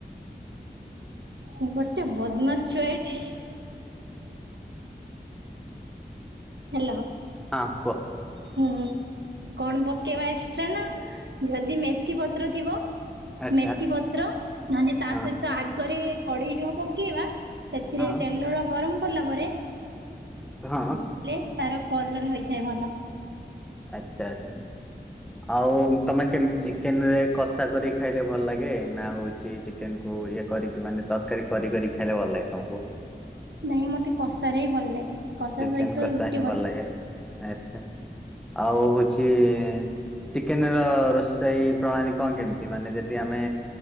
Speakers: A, on the right (about 85°); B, in the centre.
A: ଗୋଟେ ବଦମାସ, ଛୁଆ ଏଠି। ହେଲୋ।
B: ହଁ କୁହ,
A: ହୁଁ କଣ, ପକେଇବା ଏକ୍ସଟ୍ରା ନା? ଯଦି ମେଥି ପତ୍ର ଥିବ?
B: ଆଚ୍ଛା
A: ମେଥି ପତ୍ର, ନହେଲେ ତା
B: ହଁ
A: ସହିତ ଆଗରେ କଢେଇ ଯୋଉ ପକେଇବା, ସେଥିରେ
B: ହଁ
A: ତେଲ ଗରମ କଲା ପରେ
B: ହଁ।
A: ହେଲେ, ତାର କଲର ହୋଇଥାଏ ଭଲ।
B: ଆଚ୍ଛା, ଆଛା? ଆଉ' ତମେ କେମତି ଚିକେନ ରେ କଷା କରି ଖାଇଲେ ଭଲ ଲାଗେ? ନା ହଉଛି ଚି, ଚିକେନ କୁ ଇଏ କରିକି, ମାନେ ତରକାରୀ କରି, କରି ଖାଇଲେ ଭଲ ଲାଗେ ତମକୁ?
A: ନାଇଁ ମତେ କଷାରେ ଭଲ ଲାଗେ। କଷା
B: ଚିକେନ୍
A: ସହିତ
B: କଷା
A: ରୁଟି
B: ହିଁ ଭଲ ଲାଗେ, ଆଛା ଆଉ ହଉଛି ଚିକେନ ର ରୋଷେଇ ପ୍ରଣାଳୀ କଣ, କେମିତି? ମାନେ ଯଦି ଆମେ